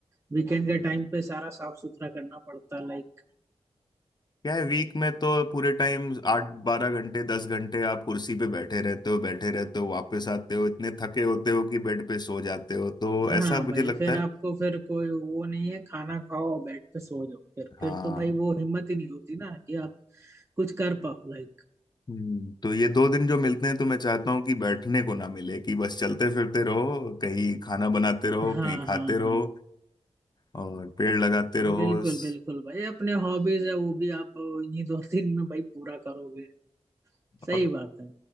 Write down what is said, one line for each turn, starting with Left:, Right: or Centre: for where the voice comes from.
Right: वीकेंड के टाइम पे सारा साफ सुथरा करना पड़ता है लाइक
Left: क्या है वीक में तो पूरे टाइम आठ बारह घंटे दस घंटे आप कुर्सी पे बैठे रहते हो बैठे रहते हो वापस आते हो इतने थके होते हो कि बेड पे सो जाते हो तो
Right: हाँ
Left: ऐसा मुझे
Right: भाई
Left: लगता
Right: फिर
Left: है
Right: आपको फिर कोई वो नहीं है खाना खाओ और बेड पे सो जाओ फिर
Left: हाँ
Right: फिर तो भाई वो हिम्मत ही नहीं होती ना कि आप कुछ कर पाओ लाइक
Left: हम्म, तो ये दो दिन जो मिलते हैं तो मैं चाहता हूँ कि बैठने को ना मिले कि बस चलते फिरते रहो कहीं खाना बनाते रहो
Right: हाँ
Left: कहीं खाते
Right: हाँ
Left: रहो
Right: हाँ
Left: और पेड़ लगाते रहो
Right: बिल्कुल
Left: स-
Right: बिल्कुल भाई अपने हॉबीज है वो भी आप इन्हीं दो दिन में भाई पूरा करोगे सही
Left: और
Right: बात है